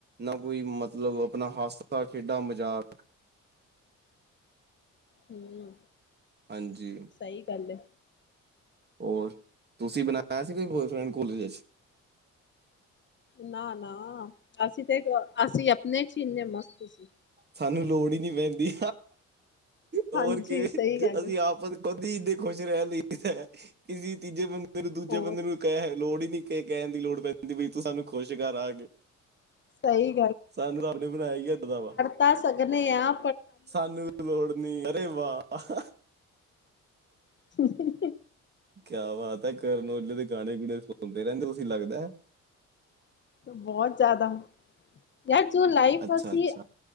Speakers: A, on the right; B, on the left.
A: ਨਾ ਕੋਈ ਮਤਲਬ ਅਪਨਾ ਹਾਸਾ ਖੇਡਾਂ ਮਜ਼ਾਕ
B: ਹੂੰ
A: ਹਾਂਜੀ।
B: ਸਈ ਗੱਲ ਐ।
A: ਹੋਰ, ਤੁਸੀਂ ਬਣਾਆ ਸੀ ਕੋਈ ਬੋਏਫਰੈਂਡ ਕੋਲਜ ਚ
B: ਨਾ-ਨਾ ਅਸੀਂ ਤੇ ਅਸੀਂ ਆਪਨੇ ਚ ਈ ਇੰਨੇ ਮਸਤ ਸੀ।
A: ਸਾਨੂੰ ਲੋੜ ਈ ਨੀ ਪੈਂਦੀ, ਹੋਰ
B: ਹਾਂਜੀ
A: ਕਿਵੇਂ
B: ਸਹੀ ਗੱਲ
A: ਅਸੀਂ
B: ਹੈ
A: ਆਪਸ ਅਦੀ ਇਂਦੈ ਈ ਖੁਸ਼ ਰੈ ਲਈ ਦੀਦੈ, ਕਿਸੀ ਤੀਜੇ ਬੰਦੇ ਨੂੰ ਦੂਜੇ
B: ਹੋਰ
A: ਬੰਦੇ ਨੂੰ ਕੈਹ, ਲੋੜ ਈ ਨੀ। ਏ ਕੈਣ ਦੀ ਲੋੜ ਪੈਂਦੀ ਬਈ ਤੂੰ ਸਾਨੂੰ ਖੁਸ਼ ਕਰ ਆ ਕੇ।
B: ਸਹੀ
A: ਸਾਨੂੰ ਰੱਬ ਨੇ ਬਣਾਆ ਈ ਐਂਦਾ ਦਾ ਵਾ।
B: ਤਾਂ ਸਕਨੇ ਆ।
A: ਸਾਨੂੰ ਵੀ ਲੋੜ ਨੀ, ਅਰੇ ਵਾਹ!
B: <inaudible>
A: ਕੇਆ ਬਾਤ ਐ, ਕਰਨ ਔਜਲੇ ਦੇ ਗਾਣੇ-ਗੁਣੇ ਸੁਣਦੇ ਰੈਂਦੇ ਤੁਸੀਂ ਲੱਗਦੈ।
B: ਬਹੋਹ ਜਾਦਾ, ਯਾਰ ਜੋ ਲਾਈਫ
A: ਅੱਛਾ
B: ਅਸੀਂ
A: ਅੱਛਾ